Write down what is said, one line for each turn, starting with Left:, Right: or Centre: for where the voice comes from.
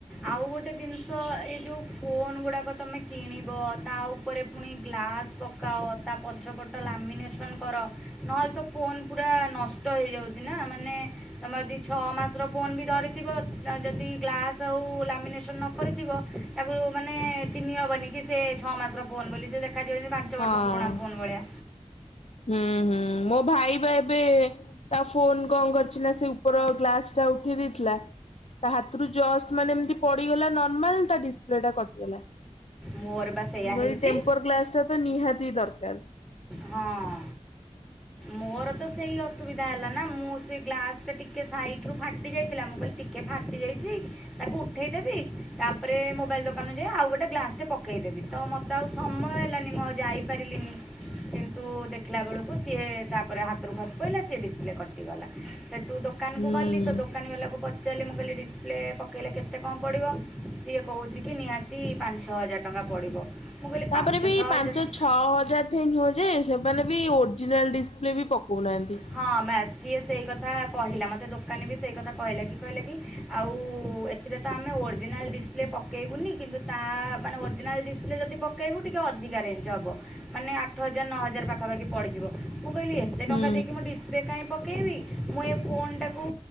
Centre: ଆଉ ଗୋଟେ ଜିନଷ ଏ ଯୋଉ ଫୋନ ଗୁଡାକ ତମେ କିଣିବ ତା ଉ ଉପରେ ପୁଣି ଗ୍ଲାସ୍ ପକାଅ ତା ପଛପଟ ଲାମିନେସନ୍ କର ନହେଲେ ତ ଫୋନ ପୁରା ନଷ୍ଟ ହେଇଯାଉଛି ନା ମାନେ ତମର ଯଦି ଛଅ ମାସର ଫୋନ ବି ଧରି ଥିବ ଯଦି ଗ୍ଲାସ୍ ଆଉ ଲାମିନେସନ୍ ନ କରିଥିବ ତାକୁ ମାନେ ଚିନ୍ହି ହବନି କି ସେ ଛଅ ମାସର ଫୋନ୍ ବୋଲି ସେ ଦେଖାଯିବ ଯେମିତି ପାଞ୍ଚ
Left: ହଁ
Centre: ବର୍ଷ ପୁରୁଣା ଫୋନ୍ ଭଳିଆ।
Left: ହୁଁ ହୁଁ ମୋ ଭାଇ ବା ଏବେ ତା ଫୋନ କଣ କରିଚି ନା ସେ ଉପର ଗ୍ଲାସ ଟା ଉଠେଇ ଦେଇଥିଲା ତା ହାତରୁ ଜଷ୍ଟ ମାନେ ଏମତି ନର୍ମାଲ ତା ଡିସପ୍ଲେ ଟା କଟିଗଲା।
Centre: ମୋର ବା ସେଇଆ
Left: ଗୋଟେ
Centre: ହେଇଛି
Left: ଟେମ୍ପର ଗ୍ଲାସ ଟା ତ ନିହାତି ଦରକାର।
Centre: ହଁ। ମୋର ତ ସେଇ ଅସୁବିଧା ହେଲା ନା ମୁଁ ସେ ଗ୍ଲାସ ଟା ଟିକେ ସାଇଟ ରୁ ଫାଟି ଯାଇଥିଲା ମୁଁ କହିଲି ଟି ଟିକେ ଫାଟିଯାଇଛି ତାକୁ ଉଠେଇଦେବି ତାପରେ ମୋବାଇଲ ଦୋକାନରୁ ଯାଇ ଆଉ ଗୋଟେ ଗ୍ଲାସ ଟେ ପକାଇଦେବି। ତ ମତେ ଆଉ ସମୟ ହେଲାନି ମୁଁ ଆଉ ଯାଇପାରିଲିନି। କିନ୍ତୁ ଦେଖିଲା ବେଳକୁ ସିଏ ତାପରେ ହାତରୁ ଖସି ପଇଲା ସିଏ ଡିସପ୍ଲେ କଟ କଟିଗଲା ସେଠୁ ଦୋକାନକୁ
Left: ହୁଁ।
Centre: ଗଲି ତ ଦୋକାନୀ ବାଲାକୁ ପ ପଚାରଲି ମୁଁ କହିଲି ଡିସପ୍ଲେ ପକେଇଲେ କେତେ କଁ ପଡ଼ିବ ସିଏ କହୁଛି କି ନିହାତି ପାଞ୍ଚ ଛହ ହଜାର ଟଙ୍କା ପଡ଼ିବ ମୁଁ କହିଲି
Left: ତାପରେ
Centre: ପାଞ୍ଚ
Left: ବି
Centre: ଛଅ
Left: ପାଞ୍ଚ
Centre: ହଜାର ଟ
Left: ଛଅ ହଜାର ଠେଇଁ ନୁହଁ ଯେ ସେମାନେ ବି ଓରିଜିନାଲ୍ ଡିସପ୍ଲେ ବି ପକଉନାହାଁନ୍ତି।
Centre: ହଁ ବାସ ସିଏ ସେଇ କଥା କହିଲା ମତେ ଦୋକାନୀ ବି ସେଇ କଥା କହିଲା କି କହିଲା କି ଆଉ ଏ ଏଥିରେ ତ ଆମେ ଓରିଜିନାଲ୍ ଡିସପ୍ଲେ ପକେଇବୁନି କିନ୍ତୁ ତା ମାନେ ଓରିଜିନାଲ୍ ଡିସପ୍ଲେ ଯଦି ପ ପକେଇବୁ ଟିକେ ଅଧିକା ରେଞ୍ଜ ହବ ମାନେ ଆଠ ହଜାର ନଅ ହଜାର ପାଖାପାଖି ପଡ଼ିଯିବ ମୁଁ କହିଲି ଏ ଏତେ
Left: ହୁଁ
Centre: ଟଙ୍କା ଦେଇକି ମୁଁ ଡିସପ୍ଲେ କାହିଁ ପକେଇବି ମୁଁ ଏ ଫୋନ୍ ଟାକୁ